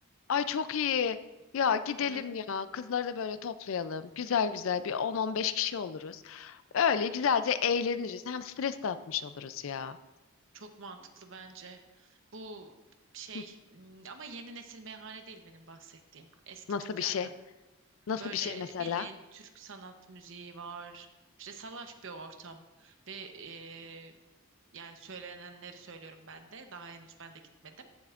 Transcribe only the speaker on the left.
Ay çok iyi. Ya gidelim
ya. Kızları da böyle toplayalım. Güzel güzel bir 10-15 kişi oluruz. Öyle güzelce eğleniriz. Hem stres de atmış oluruz ya.
Hı,
Nasıl
bir şey? Nasıl
bir şey mesela?